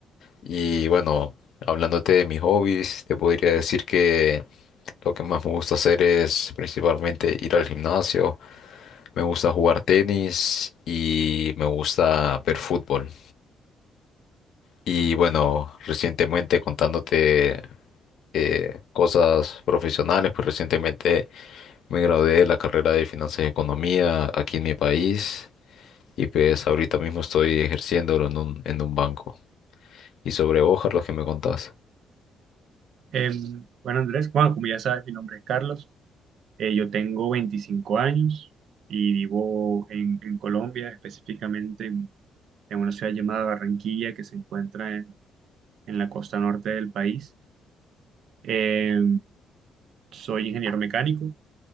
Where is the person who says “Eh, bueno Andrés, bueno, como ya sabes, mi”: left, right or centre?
Right